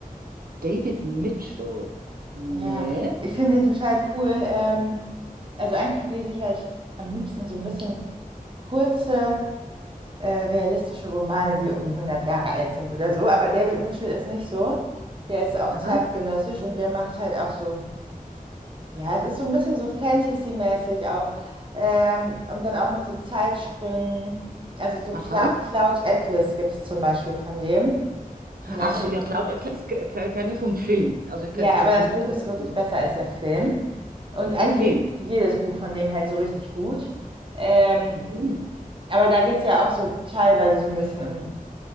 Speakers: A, on the right (about 85°); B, on the right (about 35°).
A: David Mitchell. Nee.
B: Ja, ich finde den total cool. Ähm, also eigentlich lese ich halt am liebsten so ein bisschen kurze. äh, realistische Romane, die irgendwie hundert Jahre alt sind oder so. Aber David Mitchell ist nicht so. Der ist auch
A: Aha.
B: zeitgenössisch und der macht halt auch so, ja, es ist so ein bisschen so Fantasy-mäßig auch. Ähm, und dann auch mit so Zeitsprüngen. Also so
A: Aha.
B: Cla Cloud Atlas gibt es zum Beispiel von dem. Und
A: Ach
B: da find-
A: so, ja, Cloud Atlas k- k- kenne ich vom Film. Also ich
B: ja,
A: kenne die
B: aber
A: verfilmte
B: das Buch ist
A: Version.
B: wirklich besser als der Film. Und eigentlich
A: Okay.
B: ist jedes Buch von dem halt so richtig gut. Ähm,
A: Mhm.
B: aber da geht es ja auch so teilweise so ein bisschen um